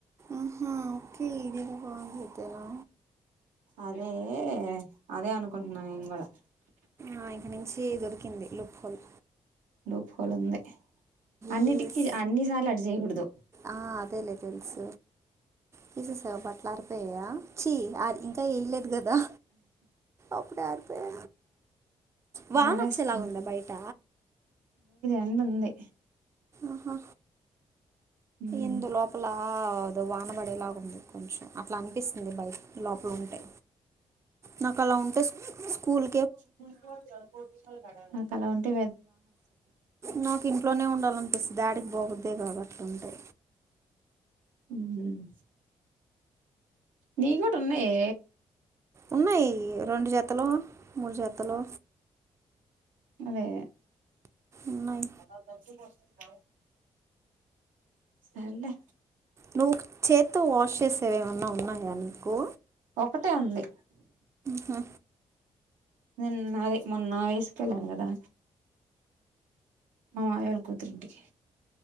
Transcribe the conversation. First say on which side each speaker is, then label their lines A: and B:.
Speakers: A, on the right; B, on the right.
A: ఆహా ఓకే ఇదిన పో అయితేనా
B: అదే అదే అనుకుంటున్నాను నేను కూడా
A: ఆ ఇక్క నుంచి దొరికింది లుక్ <unintelligible>
B: లోప్ల్ హోల్ ఉంది అన్నిటికిీ
A: ఎస్
B: అన్ని సార్లు అటు చేయకూడదు
A: ఆ అదేలేే ల్స్ తీసేసావా బట్టల ఆరిపోయాయా చీ అది ఇంకా వయలేదు కాదా అప్పుడ ఆరిపోయ వానొచ్చే
B: ఆరేస్తున్నా
A: ఎలాగుండ బయట
B: కిందవుది
A: ఆహా
B: ఉమ్,
A: ఎందు లోపల వానబడేలాగా ఉంది కొంచెం అట్లా అనిపిస్తుంది బైక్ లోపల ఉంటే నాకు అలా ఉంటే స్కూల్
B: <unintelligible> నుఉంటే
A: నాకు ఇంట్లోనే ఉండాలనిపిస్తుంది ఏడికి పోబుద్ధి కాబట్టి అట్టుంటే
B: హ్మ్ నీ కూడా ఉన్నాయే
A: ఉన్నాయి రెండు జతలు మూడు జతలు మతలో
B: అదే
A: ఉన్నాయి
B: <unintelligible> సర్లే
A: నువ్వు చేత్ వాష్ చేసేవేమన్నావు ఉన్నాయ నీకు
B: ఒకటే ఉంది
A: హా
B: నిన్న నావి మొన్న వయసుక ఎల్లాను కదా మా మామయ్య వాళ్ళకూతురింటికి